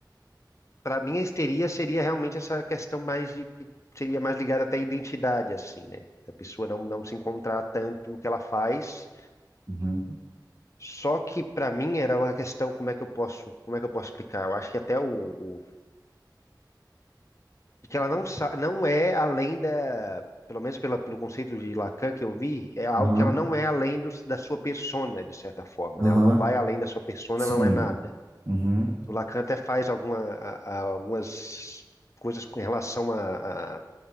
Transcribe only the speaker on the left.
para mim, a histeria seria realmente essa questão mais de, que seria mais ligada até à identidade, assim, né? Da pessoa não, não se encontrar tanto no que ela faz.
Só que para mim era uma questão como é que eu posso, como é que eu posso explicar? Eu acho que até o, o de que ela não sa- não é além da, pelo menos pela, pelo conceito de Lacan que eu vi, é algo
que ela não é além do, da sua persona, de certa forma,
né? Ela não vai além da sua persona,
ela não é nada.
O Lacan até faz alguma, a- a- algumas coisas com relação a a-